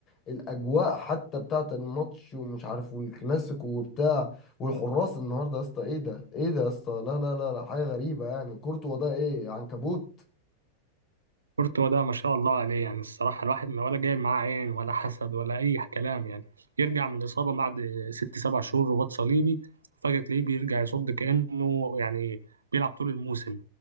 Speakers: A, on the left; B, on the right.
A: الأجواء حتى بتاعة الماتش ومش عارف والكلاسيكو وبتاع والحراس النهاردة يا اسطى ايه ده ايه ده يا اسطى لا لا لا لا حاجة غريبة يعني كورتوا ده ايه عنكبوت
B: كورتوا ده ما شاء الله عليه يعني الصراحة الواحد ما ولا جاي معاه عين ولا حسد ولا أي كلام يعني يرجع من إصابة بعد ست سبع شهور رباط صليبي فجأة تلاقيه بيرجع يصد كأنه يعني بيلعب طول الموسم